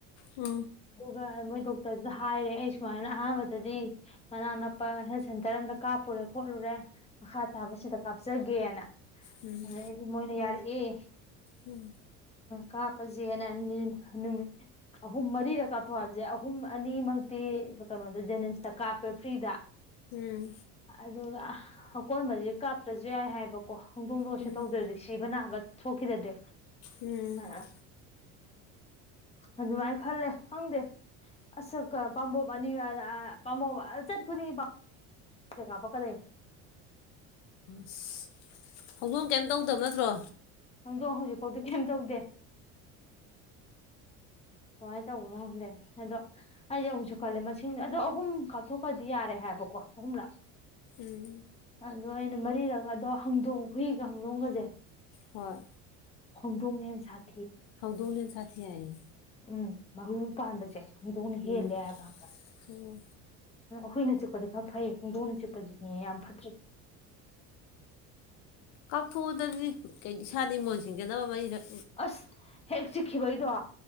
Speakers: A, on the left (about 75°); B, on the left (about 20°).
A: ꯎꯝ
B: ꯑꯗꯨꯒ ꯃꯣꯏ ꯗꯣꯛꯇꯔꯗꯨꯗ ꯍꯥꯏꯔꯦ ꯑꯩ ꯁꯨꯃꯥꯏꯅ ꯑꯍꯥꯟꯕꯗꯗꯤ ꯃꯅꯥꯛ ꯅꯛꯄ ꯍꯦꯜ ꯁꯦꯟꯇꯔ ꯑꯃꯗ ꯀꯥꯞꯄꯨꯔꯦ ꯈꯣꯠꯂꯨꯔꯦ ꯃꯈꯥ ꯇꯥꯕꯁꯤꯗ ꯀꯥꯞꯆꯒꯦꯅ
A: ꯎꯝ
B: ꯑꯗꯩꯗꯤ ꯃꯣꯏꯅ ꯌꯥꯔꯤ ꯑꯦ
A: ꯍꯟ
B: ꯀꯥꯞꯄꯁꯦꯅ ꯅꯨꯃꯤꯠ ꯑꯍꯨꯝ ꯃꯔꯤꯗ ꯀꯥꯞꯊꯣꯛ ꯍꯥꯏꯕꯁꯦ ꯑꯍꯨꯝ ꯑꯅꯤꯃꯛꯇꯤ ꯀꯩꯅꯣꯗ ꯖꯦꯅꯤꯝꯁꯇ ꯀꯥꯞꯄꯦ ꯐ꯭ꯔꯤꯗ
A: ꯎꯝ
B: ꯑꯗꯨꯒ ꯑꯀꯣꯟꯕꯁꯦ ꯀꯥꯞꯇ꯭ꯔꯁꯨ ꯌꯥꯏ ꯍꯥꯏꯕꯀꯣ ꯀꯣ ꯍꯣꯡꯗꯣꯡꯗꯣ ꯀꯩꯁꯨ
A: ꯎꯝ
B: ꯇꯧꯗ꯭ꯔꯗꯤ ꯁꯤꯕ ꯅꯥꯕ ꯊꯣꯛ ꯈꯤꯗꯔ꯭ꯗꯤ
A: ꯎꯝ
B: ꯑ ꯑꯗꯨꯃꯥꯏꯅ ꯈꯜꯂꯦ ꯈꯪꯗꯦ ꯑꯁꯛꯀ ꯄꯥꯝꯕꯣꯞ ꯑꯅꯤ ꯄꯥꯝꯕꯣꯞ ꯆꯠ ꯈꯨꯗꯤꯡꯒꯤ ꯀꯥꯄ ꯀ ꯗꯣꯏꯅꯤ
A: ꯑꯁ ꯍꯧꯗꯣꯡ ꯀꯩꯝ ꯇꯧꯗꯕ ꯅꯠꯇ꯭ꯔꯣ
B: ꯍꯧꯗꯣꯡ ꯍꯧꯖꯤꯛ ꯐꯥꯎꯗꯤ ꯀꯩꯁꯨꯝ ꯇꯧꯗꯦ ꯀꯨꯃꯥꯏꯅ ꯇꯧꯕꯅꯣ ꯈꯪꯗꯦ ꯑꯗꯣ ꯑꯩꯁꯨ ꯑꯃꯨꯛꯁꯨ ꯈꯜꯂꯦ ꯃꯁꯤꯡ ꯑꯗꯣ ꯑꯍꯨꯝ ꯀꯥꯞꯊꯣꯛꯈ꯭ꯔꯗꯤ ꯌꯥꯔꯦ ꯍꯥꯏꯕꯀꯣ ꯀꯣ ꯑꯍꯨꯝ ꯂꯥꯛ
A: ꯎꯝ
B: ꯑꯗꯣ ꯑꯩꯅ ꯃꯔꯤꯛ ꯑꯗꯣ ꯍꯧꯗꯣꯡ ꯍꯨꯏꯒ ꯍꯧꯗꯣꯡꯒꯁꯦ
A: ꯍꯣꯏ
B: ꯍꯧꯗꯣꯡꯅ ꯍꯦꯟꯁꯊꯤ
A: ꯍꯧꯗꯣꯡꯅ ꯍꯦꯟ ꯁꯥꯊꯤ ꯍꯥꯏꯌꯦ
B: ꯎꯝ ꯃꯍꯨ ꯄꯥꯟꯕꯁꯦ ꯍꯧꯗꯣꯡ ꯅ ꯍꯦꯜꯂꯦ
A: ꯎꯝ
B: ꯍꯥꯏꯕ
A: ꯑꯣ
B: ꯍꯨꯏꯅ ꯆꯤꯛ ꯐꯕꯗꯤ ꯈꯔ ꯐꯩ ꯍꯧꯗꯣꯡꯅ ꯆꯤꯛ ꯆꯤꯛꯄ ꯁꯤꯅꯦ ꯌꯥꯝ ꯐꯠꯇ꯭ꯔꯤ
A: ꯀꯥꯊꯣꯞ ꯎꯗ ꯑꯗꯨꯗꯤ ꯏꯁꯥꯗ ꯏꯃꯣꯟ ꯁꯤꯡꯖꯅꯕ ꯃꯔꯤꯔꯛ
B: ꯑꯁ ꯍꯦꯛ ꯆꯤꯛꯈꯤꯕꯩꯗꯣ